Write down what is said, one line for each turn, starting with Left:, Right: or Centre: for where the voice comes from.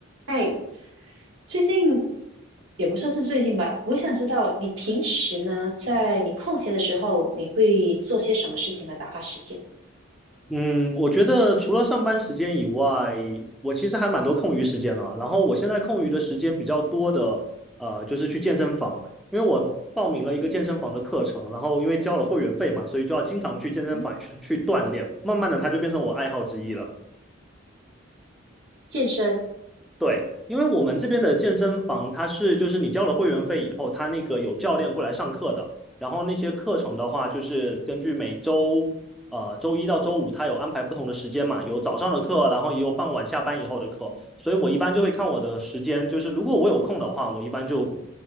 Right: 哎，最近也不算是最近吧，我想知道你平时呢，在你空闲的时候，你会做些什么事情来打发时间？
Centre: 嗯，我觉得除了上班时间以外，我其实还蛮多空余时间了。然后我现在空余的时间比较多的，呃，就是去健身房，因为我报名了一个健身房的课程，然后因为交了会员费嘛，所以就要经常去健身房去去锻炼。
Right: 嗯，
Centre: 慢慢的，它就变成我爱好之一了。
Right: 健身、
Centre: 对，因为我们这边的健身房，它是就是你交了会员费以后，它那个有教练过来上课的。然后那些课程的话，就是根据每周呃周一到周五，它有安排不同的时间嘛，有早上的课，然后也有傍晚下班以后的课。所以我一般就会看我的时间，就是如果我有空的话，我一般就